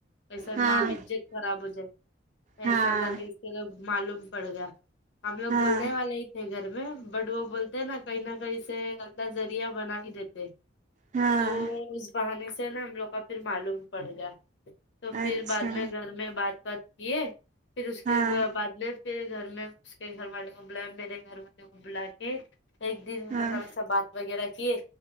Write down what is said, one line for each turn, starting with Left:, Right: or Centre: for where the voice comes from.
Left: ایسا
Right: ہاں
Left: نام عزت خراب ہو جائے ایسا
Right: ہاں
Left: کر کے اس کے لوگ معلوم پڑ گیا ہم لوگ
Right: ہاں
Left: بولنے والے ہی گھر میں بٹ وہ بولتے ہیں نا کہیں نہ کہیں سے الدا ذرییا بنا ہی دیتے
Right: ہاں
Left: تو اس بہانے سے نا ہم لوگ کا پھر معلوم پڑے گا تو پھر
Right: اچھا
Left: بعد میں گھر میں بات بات کیے پھر اس کے
Right: ہاں
Left: بعد میں پیرے گھر میں اس کے گھر والے کو بلایا میرے گھر والے کو بلا کے ایک دن میں
Right: ہاں
Left: سا بات وغیرہ کیے